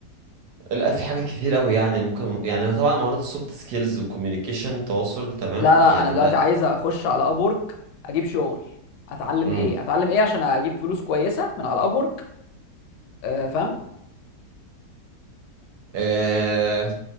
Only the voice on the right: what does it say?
لا في حاجات كتير قوي يعني ممكن يعني طبعا مهارات السوفت سكيلز والكوميونيكيشن تواصل تمام
يعني
ده
امم
آه...